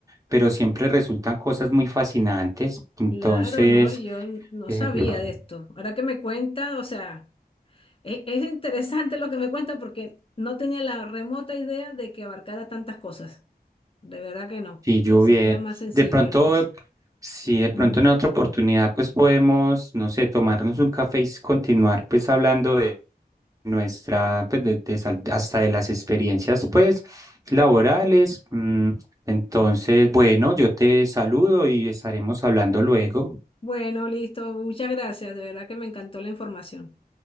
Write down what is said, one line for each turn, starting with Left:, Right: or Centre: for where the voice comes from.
Right: pero siempre resultan cosas muy fascinantes. Entonces...
Left: Claro, no, yo no
Right: Eh,
Left: sabía
Right: Claro.
Left: de esto. Ahora que me cuentas, o sea... E- Es interesante lo que me cuenta porque no tenía la remota idea de que abarcara tantas cosas. De verdad que no.
Right: Sí, yo
Left: Pensé
Right: bien.
Left: que era más sencillo
Right: De pronto,
Left: la cosa.
Right: eh, si de
Left: Mm.
Right: pronto en otra oportunidad, pues podemos, no sé, tomarnos un café y s- continuar pues hablando de nuestra, pues de, de sal- hasta de las experiencias pues laborales. Mm, Entonces, bueno, yo te saludo y estaremos hablando luego.
Left: Bueno, listo. Muchas gracias. De verdad que me encantó la información.